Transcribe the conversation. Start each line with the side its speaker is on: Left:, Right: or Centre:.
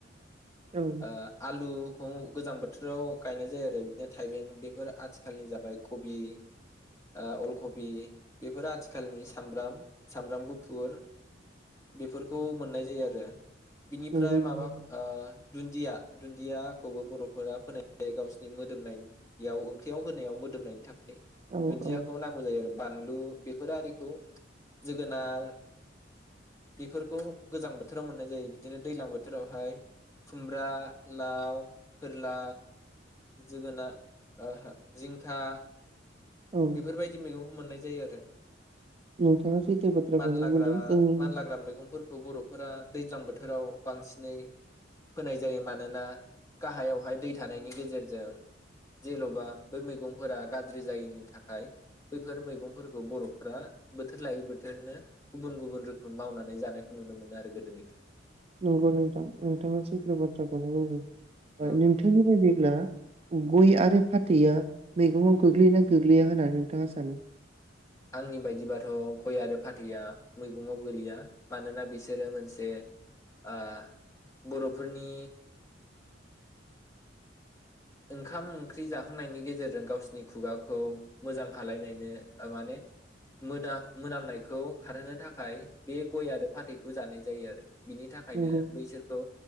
Right: औ
Left: ओ आलु गोजां बोथोराव गायनाय जाया आरो बिदिनो थाइबें बेफोर आथिखालनि जाबाय कबि ओ अल कबि बेफोर आथिखालनि सामब्राम सामब्राम गुफुर बेफोरखौ मोननाय जायो आरो। बिनिफ्राय
Right: नंगौ नंगौ
Left: माबा ओ दुन्दिया दुन्दियाखौबो बर'फोरा फोननाय जायो गावस्रोनि मोदोमनायाव ओंख्रियाव होनायाव मोदोमनायनि थाखाय
Right: औ
Left: दुन्दियाखौ
Right: औ
Left: नांगौ जायो आरो। बानलु बेफोर आरिखौ जोगोनार बेफोरखौ गोजां बोथोराव मोननाय जायो बिदिनो दैलां बोथोरावहाय खुमब्रा लाव फोरला जोगोनार ओहो जिंखा
Right: औ
Left: बेफोरबायदि मैगं मोननाय जायो आरो।
Right: नोंथाङा सैथो बाथ्राखौनो
Left: मानलाग्रा
Right: बुंदों जोंनि
Left: मानलाग्रा मैगंफोरखौ बर'फोरा दैज्लां बोथोराव बांसिनै फोनाय जायो मानोना गाहायावहाय दै थानायनि गेजेरजों जेनबा बै मैगंफोरा गाज्रि जायैनि थाखाय थाखाय बैफोर मैगंफोरखौ बर'फोरा बोथोर लायै बोथोरनो गुबुन गुबुन रोखोम मावनानै जानायखौ नुनो मोनो आरो गोदोनिफ्राय।
Right: नंगौ नोंथां नोंथाङा सैथो बाथ्राखौनो बुंदों। ओ
Left: नंगौ नोंथां।
Right: नोंथांनि बायदिब्ला गय आरो फाथैया मैगंआव गोग्लैयोना गोग्लैया होननानै नोंथाङा सानो?
Left: आंनि बायदिबाथ गय आरो फाथैआ मैगंआव गोलैया मानोना बिसोरो मोनसे ओ बर'फोरनि ओंखाम ओंख्रि जाखांनायनि गेजेरजों गावसिनि खुगाखौ मोजां खालायनायनो ओ माने मोदा मोनामनायखौ खारहोनो थाखाय बे गय आरो फाथैखौ जानाय जायो आरो। बिनि थाखायनो
Right: नंगौ
Left: बैसोरखौ